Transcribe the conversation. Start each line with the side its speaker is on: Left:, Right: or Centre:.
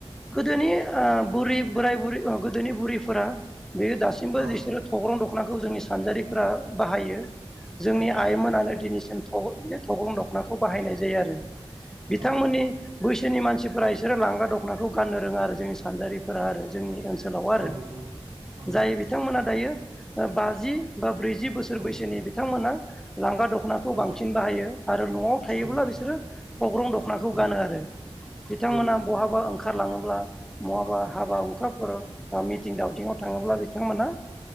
Centre: गोदोनि बुरि बोराय बुरि गोदोनि बुरैफोरा बे दासिमबो
Right: औ
Centre: बिसोरो थग्रं दख नाखौ जोंनि सानजारिफोरा बाहायो जोंनि
Right: नोंथां
Centre: आइमोनानो दिनैसिम। थग्रं दख'नाखौ बाहायनाय जायो आरो बिथांमोननि
Right: औ नोंथां
Centre: बैसोनि मानसि फोरा इसोरो लांगा दख'नाखौ गाननो रोङा आरो जोंनि सानजारिफोरा आरो जोंनि ओनसोल। लाव आरो
Right: औ नोंथां औ नोंथां
Centre: जाय बिथांमोना दायो बाजि बा ब्रैजि बोसोर
Right: औ
Centre: बैसोनि बिथांमोना लांगा दख'नाखौ
Right: औ
Centre: बांसि न बाहायो आरो न'आव थायोब्ला
Right: औ नोंथां
Centre: बिसोरो थग्रं दख'नाखौ
Right: औ
Centre: गानो आरो। बिथांमोना
Right: औ नोंथां
Centre: बहाबा ओंखारलाङोब्ला बहाबा हाबा हुखाफोराव बा मिथिं दावथिङाव थां। ङोब्ला बिथांमोना
Right: औ